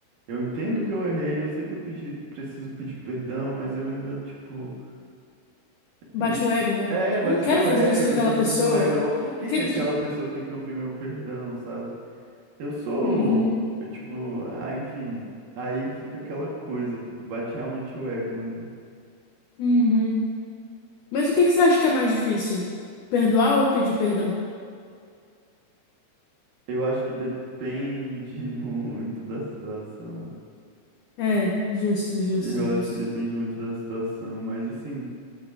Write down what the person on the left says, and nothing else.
Bate
o ego, né?
Tipo,
eu não quero
fazer
isso com aquela
pessoa.
Eu quero
dizer...
Uhum,
uhum. Mas o que que você acha que é mais difícil? Perdoar ou pedir perdão?
É, justo, justo,
justo.